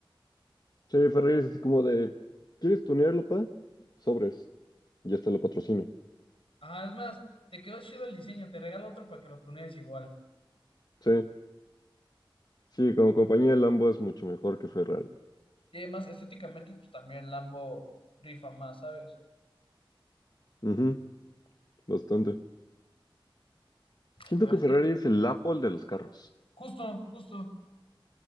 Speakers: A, on the left; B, on the left.
A: Sí, Ferrari es así como de, ¿quieres tunearlo, pa? Sobres, ya hasta lo patrocino.
B: ajá es más, te quedó chido el diseño, te regalo otro para que lo tunees igual.
A: Sí, sí, como compañía Lambo es mucho mejor que Ferrari.
B: Y además, estéticamente, pues también Lambo rifa más, ¿sabes?
A: Ujú, bastante. Siento
B: La verdad
A: que
B: es
A: Ferrari
B: que
A: es el Apple de los carros.
B: Justo, justo.